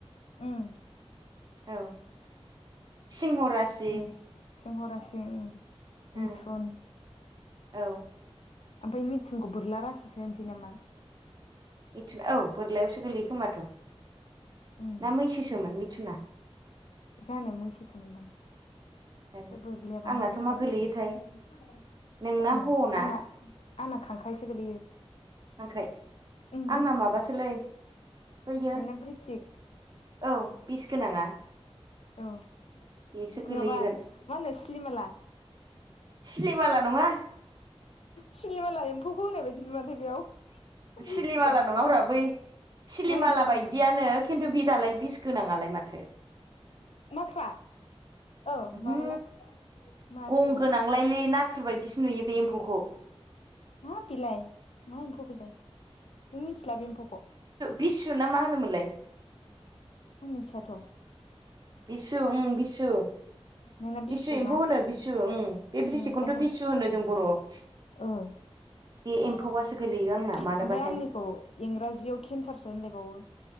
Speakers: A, on the left (about 70°); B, on the right (about 40°).
A: उम।
B: औ <inaudible> सिंह रासि।
A: जों सिंह रासि उम
B: उम
A: मिथुन
B: औ।
A: ओमफ्राय मिथुनखौ बोरला रासिसो होनसै नामा?
B: मिथुन औ बोरलायावसो गोलैयो खोमाथ'
A: उम
B: ना मैसोसोमोन मि मिथुना?
A: जानो मैसो सोमोन्दां।
B: जानो
A: बे बोरलायाबा
B: आंनाथ'
A: मामोनथाय
B: मा गोलैयोथाय
A: <inaudible>
B: नोंना
A: जानो
B: हना
A: आना आंना खांख्राइसो गोलैयो।
B: खांख्राय
A: उम
B: आंना माबासोलै बैयो
A: नोंना बृसिक
B: <inaudible> औ बिस गोनाङा
A: औ <inaudible>
B: बेसो गोलैगोन
A: माबा मा होनो सिलिमाला।
B: सिलिमाला नङा।
A: सिलिमाला एम्फौखौ होनाय बायदि नुवानथाय बेयाव। बृसिकआव
B: सिलिमाला नङाब्रा बै सिलिमाला
A: मा एम्फौमोन
B: बायदियानो खिन्थु बे दालाय बिस गोनाङालाय माथो।
A: माख्रा औ
B: <inaudible> उमहु
A: मामोनलाय माथो
B: गं गोनांलायलै ना थुर बायदिसो नुयो बे एम्फौखौ।
A: मा बिलाय मा एम्फौ बिलइ नों मिथिला बे एम्फौखौ?
B: बिस्वु ना मा होनोमोनलाय?
A: आं मिथियाथ'।
B: बिस्वु उं बिस्वु।
A: नोंना
B: बिसु एम्फौ
A: ना
B: होनो बिसु ओं बे ब्रिसिकखौनोथ
A: उम ओंखायनोथ'
B: बिसु होनो जों बर'आव।
A: ओ। <inaudible>
B: बे एम्फौआसो गोलैयो आंना मानोबाथाय
A: ओमफ्राय आंनिखौ इंराजियाव केन्सारसो होनलायबावो।